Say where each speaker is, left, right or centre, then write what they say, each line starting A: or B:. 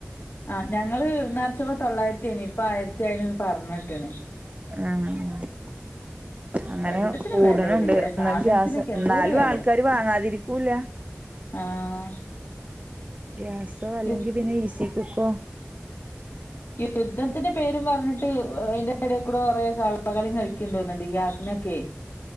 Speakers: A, on the left (about 65°); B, on the right (about 35°).
A: ആഹ് ഞങ്ങള് ന്നർച്ചപ്പോ തൊള്ളായിരത്തി നി ഇപ്പ ആയിരത്തി ആയിന് ന്ന് പർഞ്ഞേട്ട്ണ്.
B: ആഹ് അങ്ങനെ
A: എല്ലത്തിനും
B: കൂട്ണ്
A: വെല കൂടിലേ
B: ണ്ട്
A: സാധനത്തിനൊക്കെ
B: ന്ന് ഗ്യാസ് ഉം
A: എന്തോരു
B: ന്നാലും
A: വെലേ
B: ആൾക്കാര് വാങ്ങാതിരിക്കൂല.
A: ആഹ്
B: ഗ്യാസോ അല്ലെങ്കി
A: യു
B: പിന്നെ ഇ സി കുക്കോ
A: യുദ്ധത്തിന്റെ പേരും പർഞ്ഞിട്ട് അയിന്റെ എടേ കൂടെ കൊറെ കള കളിം കളിക്ക്ണ്ടോന്ന്ണ്ട് ഗ്യാസിനൊക്കെ